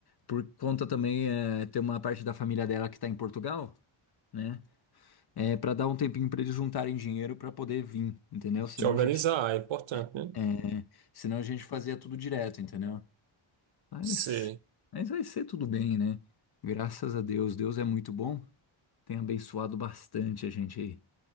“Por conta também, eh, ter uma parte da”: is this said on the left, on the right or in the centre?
Left